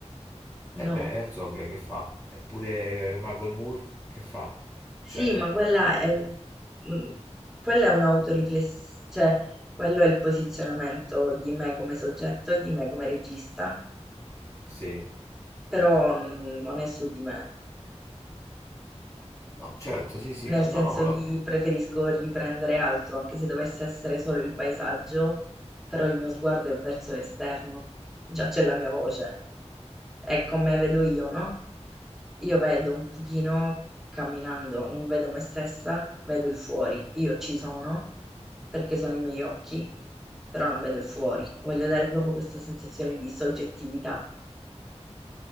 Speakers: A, on the left; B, in the centre.
A: E
B: No.
A: beh, Herzog che fa? Eppure Michael Moore che fa?
B: Sì,
A: Cioè,
B: ma quella è, un- mm, quella è un'autoriflessione, cioè quello è il posizionamento di me come soggetto e di me come regista,
A: sì.
B: però mm, non è su di me.
A: No, certo, sì, sì,
B: nel
A: ca- no,
B: senso
A: no, ma lo-
B: di preferisco riprendere altro, anche se dovesse essere solo il paesaggio, però il mio sguardo è verso l'esterno, già c'è la mia voce, è come vedo io, no? Io vedo un pochino camminando, non vedo me stessa, vedo il fuori, io ci sono perché sono i miei occhi, però non vedo il fuori, voglio dare proprio questa sensazione di soggettività.